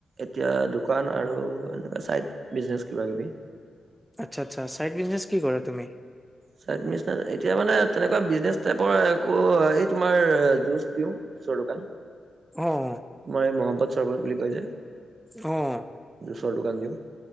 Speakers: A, on the right; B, in the centre.
A: এতিয়া দোকান আৰু এনেকে চাইড বিজনেচ কিবা কিবি
B: আচ্ছা আচ্ছা চাইড বিজনেচ কি কৰা তুমি?
A: চাইড বিজনেচ এতিয়া মানে তেনেকুৱা বিজনেচ টাইপৰ একো এইটো তোমাৰ জুচ দিওঁ ওচৰ দোকান।
B: অ',
A: মই মহাব্বাত। চৰ্বত বুলি কয় যে।
B: অ',
A: চৰ দোকান যে।